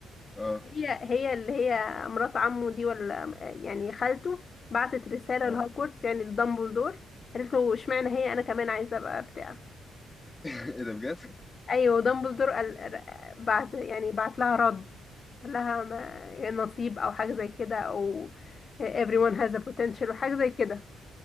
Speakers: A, on the left; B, on the left.
A: اه
B: هي هي اللي هي مرات عمه دي ولا يعني خالته بعتت رسالة
A: اه
B: لهوجورتس يعني لدامبلدور قالت له اشمعنى هي انا كمان عايزة ابقى بتاع
A: <laughs> ايه ده بجد؟
B: ايوه دامبلدور قال ر- بعت يعني بعت لها رد قال لها ما- نصيب او حاجة زي كده او everyone has a potential وحاجة زي كده